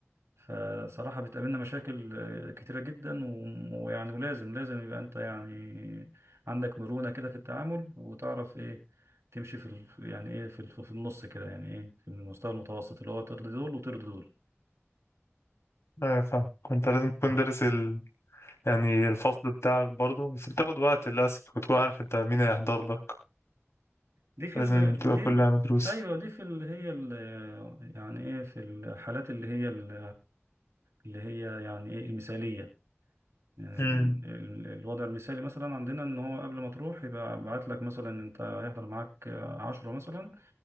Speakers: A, on the right; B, on the left.
A: فصراحة بتقابلنا مشاكل آه، كتيرة جدا و- ويعني ولازم لازم يبقى انت يعني عندك مرونة كده في التعامل وتعرف ايه تمشي في ال... يعني ايه في ال... في النص كده يعني ايه في المستوى المتوسط اللي هو ترضي دول وترضي دول
B: أيوة فاهم كنت لازم تكون دارس ال... يعني الفصل بتاعك برضه بس بتاخد وقت للأسف وتكون عارف انت مين هيحضر لك
A: دي في
B: لازم
A: ال...
B: تبقى
A: دي
B: كلها مدروسة
A: ايوه دي في ال... هي ال... يعني ايه في الحالات اللي هي ال... اللي هي يعني ايه المثالية ال-
B: مم.
A: ال- الوضع المثالي مثلا عندنا ان هو قبل ما تروح يبقى بعت لك مثلا انت هيحضر معاك عشرة مثلا